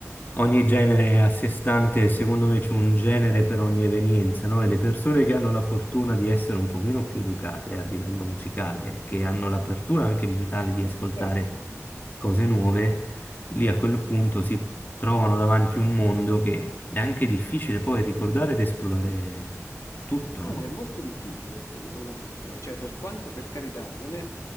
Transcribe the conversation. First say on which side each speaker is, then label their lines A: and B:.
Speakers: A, on the left; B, on the left.
A: Ogni genere è a sé stante, e secondo me c'è un genere per ogni evenienza, no? E le persone che hanno la fortuna di essere un pochino più educate a livello musicale, che hanno l'apertura anche mentale di ascoltare
B: certo.
A: cose nuove, lì a quel punto si trovano davanti un mondo che è anche difficile poi ricordare ed esplorare tutto,
B: No,
A: no?
B: è molto difficile, assolutamente. Cioè, per quanto, per carità, non è